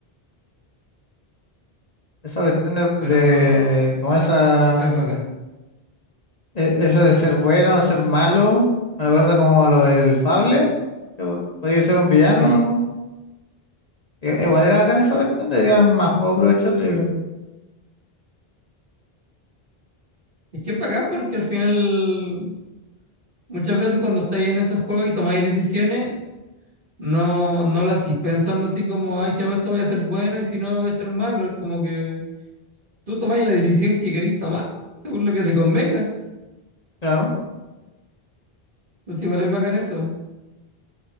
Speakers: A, on the left; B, on the right.
A: Esa cuestión de,
B: pero
A: de como esa,
B: es bacán.
A: e- eso de ser bueno, ser malo, me recuerda como a lo del Fable, que podía ser un villano.
B: Sí.
A: I- Igual era acá en esa cuestión, deberían más juegos aprovecharlo, yo creo.
B: Es que es bacán porque al final muchas veces cuando estáis en esos juegos y tomáis decisiones, no, no las hacís pensando así como, ay, si hago esto voy a ser bueno y si no voy a ser malo. Es como que tú tomáis la decisión que queréis tomar, ¿no? Según lo que te convenga.
A: Claro.
B: Entonces igual es bacán eso.